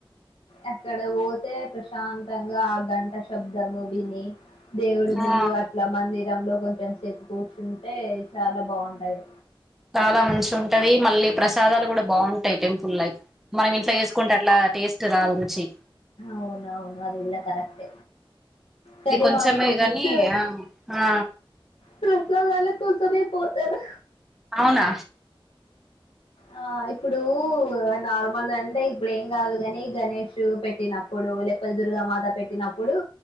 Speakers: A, on the left; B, in the centre.
A: అక్కడ పోతే ప్రశాంతంగ ఆ గంట శబ్దము విని దేవుడు
B: ఆ
A: ముందు అట్ల మందిరంలో కొంచం సేపు కూర్చుంటే చాలా బాగుంటది
B: చాలా మంచి ఉంటది మళ్ళీ ప్రసాదాలు కూడా బాగుంటాయి టెంపుల్ లైక్ మనం ఇంట్లో చేసుకుంటే అట్లా టేస్ట్ రాదు రుచి
A: అవునవును అది ఇలా కరెక్ట్ కనీ
B: ఇది కొంచెమే
A: మా ఫ్రెండ్స్
B: గాని ఆ ఆ
A: ప్రసాదాల కోసమే పోతరు
B: అవున
A: ఆ ఇప్పుడూ నార్మల్ అంటే ఇప్పుడు ఏం కాదు గాని గణేష్ పెట్టినప్పుడు డు లెకపోతే దుర్గా మాత పెట్టినప్పుడు